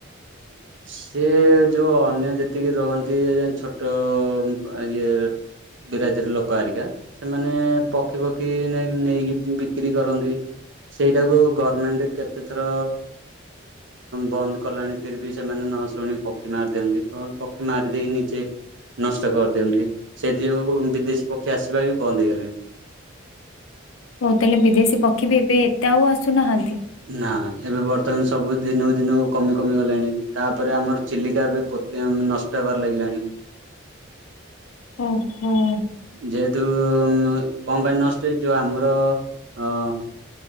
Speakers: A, on the right; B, on the left.
A: <unintelligible> ସେି ଯୋଉ ଅନ୍ୟ ଯେତିକି ରହନ୍ତି ଛୋଟ ଇଏ ବିରାଦିର ଲୋକ ଆରିକା ସେମାନେ ପକ୍ଷୀ ପକ୍ଷୀ ନେଇକି ବିକ୍ରି କରନ୍ତି। ସେଇଟାକୁ ଗଭର୍ଣମେଣ୍ଟ କେତେ ଥର ବନ୍ଦ କଲାଣି ଫିର ବି ସେମାନେ ନ ଶୁଣି ପକ୍ଷୀ ମାରି ଦିଅନ୍ତି ପକ୍ଷୀ ମାରିଦେଇକି ନିଜେ ନଷ୍ଟ କରିଦିଅନ୍ତି ସେଥି ଯୁଁ ବିଦେଶୀ ପକ୍ଷୀ ଆସିବା ବି ବନ୍ଦ ହେଇଗଲାଣି।
B: ହଉ ତାହେଲେ ବିଦେଶୀ ପକ୍ଷୀ ବି ଏବେ ଏତେ ଆଉ ଆସୁନାହାନ୍ତି।
A: ନା ଏବେ ବର୍ତ୍ତମାନ ସବୁ ଦିନକୁ ଦିନ କମି କମି ଗଲେଣି ତାପରେ ଆମର ଚିଲିକା ଏବେ ନଷ୍ଟ ହେବାର ଲାଗିଲାଣି।
B: ହୁଁ ହୁଁ।
A: ଯେହେତୁ କଣ ପାଇଁ ନଷ୍ଟେ ଯୋଉ ଆମର ଅ